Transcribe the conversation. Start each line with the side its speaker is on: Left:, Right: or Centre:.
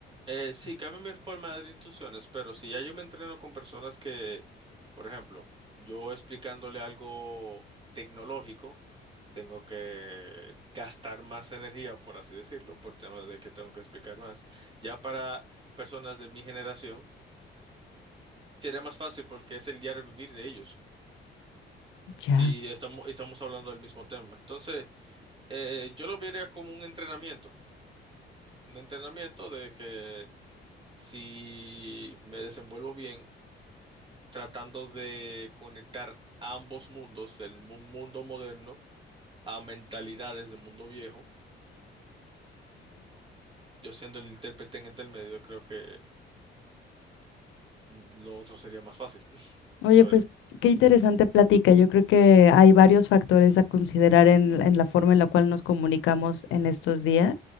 Right: Eh, sí, cambia mi forma de dar instrucciones, pero si ya yo me entreno con personas que, por ejemplo, yo explicándole algo tecnológico, tengo que gastar más energía, por así decirlo, por temas de que tengo que explicar más. Ya para personas de mi generación, sería más fácil porque es el diario vivir de ellos,
Left: Ya.
Right: si estamos, estamos hablando del mismo tema. Entonces, eh, yo lo vería como un entrenamiento, un entrenamiento de que si me desenvuelvo bien, tratando de conectar ambos mundos, el mu- mundo moderno, a mentalidades del mundo viejo, yo siendo el intérprete en el medio, creo que mm, lo otro sería más fácil. <laughs>
Left: Oye,
Right: ¿Sabes?
Left: pues qué interesante plática. Yo creo que hay varios factores a considerar en, en la forma en la cual nos comunicamos en estos días